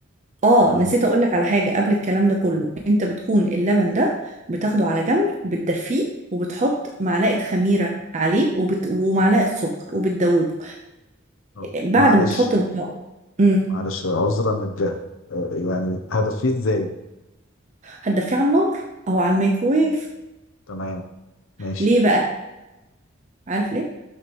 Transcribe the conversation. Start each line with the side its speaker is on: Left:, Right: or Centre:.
Right: اه
Left: تمام
Right: نسيت اقولك على حاجة قبل الكلام ده كله انت بتكون اللبن ده بتاخده على جنب بتدفيه وبتحط معلقة خميرة عليه وبت... ومعلقة سكر وبتدوبه
Left: طب
Right: بعد
Left: معلش
Right: ما تحط المكون امم
Left: معلش عذرا للجهل آه، يعني هدفيه ازاي
Right: هتدفيه على النار او على الميكرويف
Left: تمام ماشي
Right: ليه بقى عارف ليه